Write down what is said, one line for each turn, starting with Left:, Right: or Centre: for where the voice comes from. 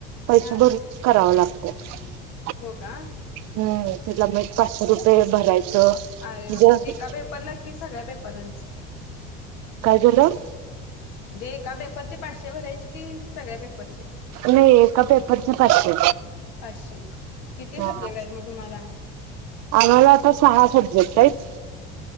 Right: पैसे
Left: हा
Right: भरूनच करावं लागत. <inaudible>
Left: हो का..
Right: ह्म्म्म त्याला मग पाचशे रुपये भरायचं
Left: अरे बाप
Right: म्हणजे
Left: एका पेपरला कि सगळ्या पेपरलाच...
Right: काय झालं
Left: म्हणजे एका पेपरचे पाचशे भरायचे की सगळ्या पेपर..
Right: नाही एका पेपरचे पाचशे
Left: पाचशे.. किती
Right: हा
Left: सब्जेक्ट आहेत मग तुम्हाला.
Right: आम्हाला आता सहा सब्जेक्ट आहेत.